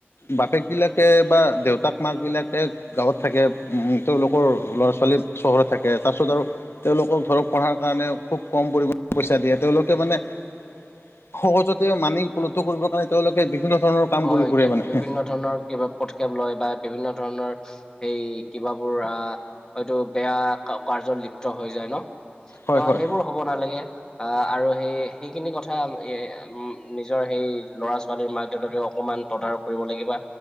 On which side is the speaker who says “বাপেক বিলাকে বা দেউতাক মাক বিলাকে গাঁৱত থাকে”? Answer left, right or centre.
Left